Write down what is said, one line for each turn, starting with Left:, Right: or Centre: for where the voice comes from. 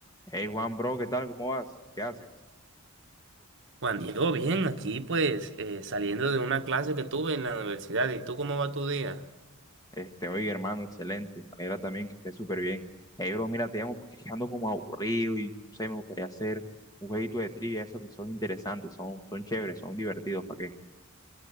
Left: Hey Juan, bro, ¿qué tal? ¿Cómo vas? ¿Qué haces?
Right: Juan Diego, bien, aquí pues eh, saliendo de una clase que tuve en la universidad. ¿Y tú cómo va tu día?
Left: Este, oye, hermano, excelente. Me alegra también que estés súper bien. Hey, bro, mira, te llamo porque es que ando como aburrido y no sé, me gustaría hacer un jueguito de trivia, esos que son interesantes, son, son chéveres, son divertidos, ¿para qué?